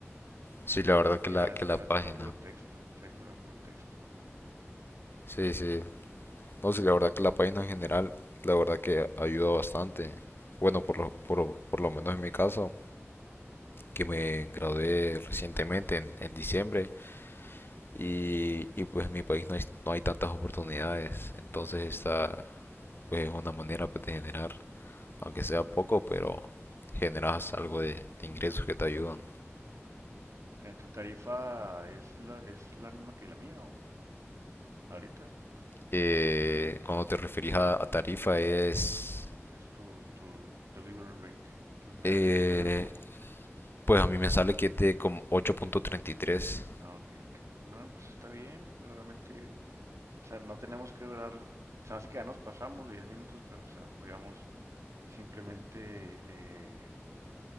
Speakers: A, on the left; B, on the right.
A: Sí, la verdad
B: Y
A: que la,
B: era, es
A: que la
B: que era,
A: página.
B: era puro texto, Cypher era puro texto.
A: Sí, sí. No, sí, la verdad que la página en general, la verdad que ayuda bastante. Bueno, por lo, por, lo- por lo menos en mi caso. que me gradué recientemente en, en diciembre y, y, pues en mi país no hay, no hay tantas oportunidades, entonces esta pues es una manera pues, de generar, aunque sea poco, pero generas algo de, de ingresos que te ayudan.
B: Eh, ¿tu tarifa es la, es la misma que la mía o ahorita?
A: Eh, cuando te referís a, a tarifa es,
B: Es tu, tu delivery rate,
A: eh,
B: deli- deliverable.
A: pues a mí me sale que es de como 8.33.
B: Ah, ok, ok. No, pues está bien, realmente O sea, no tenemos que durar, se me hace que ya nos pasamos de 10 minutos, pero o sea, podíamos simplemente eh,